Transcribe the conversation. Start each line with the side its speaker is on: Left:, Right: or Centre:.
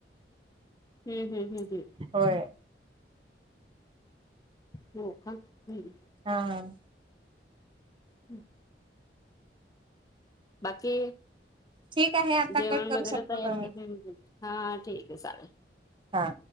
Left: हम्मं हम्मं हम्मं हम्मं
Right: होयं
Left: हो कां हम्मं हम्मं
Right: हां हां
Left: हम्मं बाकी
Right: ठीक आहे आता
Left: जेवणं
Right: कट करू
Left: वगैरें
Right: शकतो
Left: तयार
Right: तुम्ही.
Left: हम्मं. हां ठीक आहे सारं
Right: हां